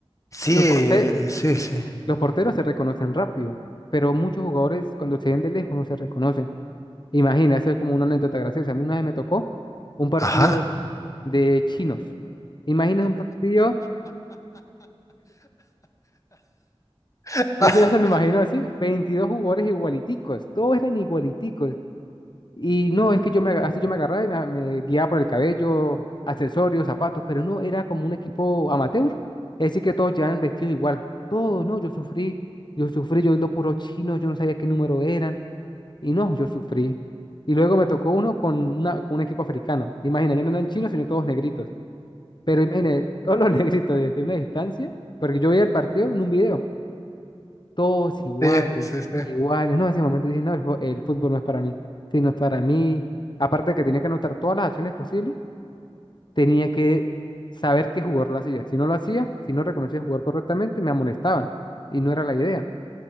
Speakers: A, on the left; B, on the left.
A: Sí,
B: Los
A: eh,
B: porte-
A: sí, sí.
B: los porteros se reconocen rápido, pero muchos jugadores cuando se ven de lejos no se reconocen. Imagina, esto es como una anécdota graciosa. A mí una vez me tocó un partido
A: Ajá.
B: de chinos. Imagina un partido,
A: <laughs>
B: yo ya se lo imagino así, 22 jugadores igualiticos, todos eran igualiticos. Y no, es que yo me, aga- hasta yo me agarraba y me, me guiaba por el cabello, accesorios, zapatos, pero no, era como un equipo amateur. Es decir, que todos llevaban vestidos igual. Todos, no, yo sufrí, yo sufrí, yo viendo puros chinos, yo no sabía qué número eran. Y no, yo sufrí. Y luego me tocó uno con, una- con un equipo africano. Imagina, ya no eran chinos, sino todos negritos. Pero imagínate, todos los <laughs> negritos desde una distancia, porque yo veía el partido en un video, todos iguales,
A: Sí, sí, sí,
B: iguales. No, en ese momento dije, no, el, jue- el fútbol no es para mí, sino es para mí. Aparte de que tenía que anotar todas las acciones posibles, tenía que saber qué jugador lo hacía. Si no lo hacía, si no reconocía jugar correctamente, me amonestaban. Y no era la idea.